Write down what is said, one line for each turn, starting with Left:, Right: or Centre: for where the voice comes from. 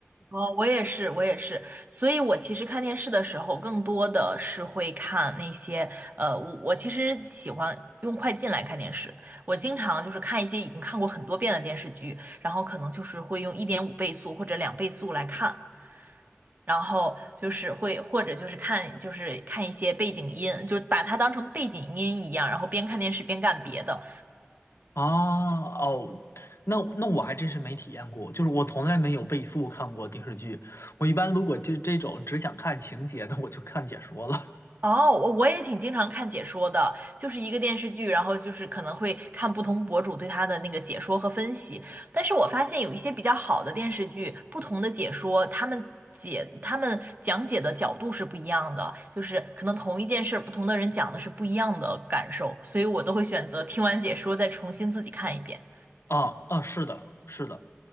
Right: 哦，我也是，我也是，所以我其实看电视的时候，更多的是会看那些，呃，我我其实喜欢用快进来看电视，我经常就是看一些已经看过很多遍的电视剧，然后可能就是会用一点五倍速或者两倍速来看，然后就是会或者就是看就是看一些背景音，就把它当成背景音一样，然后边看电视边干别的，
Left: 啊。哦，那那我还真是没体验过，就是我从来没有倍速看过电视剧。我一般如果这这种只想看情节的，我就看解说了。
Right: 哦，我我也挺经常看解说的，就是一个电视剧，然后就是可能会看不同博主对它的那个解说和分析。但是我发现有一些比较好的电视剧，不同的解说，他们解他们讲解的角度是不一样的，就是可能同一件事儿，不同的人讲的是不一样的感受，所以我都会选择听完解说再重新自己看一遍。
Left: 啊啊，是的，是的，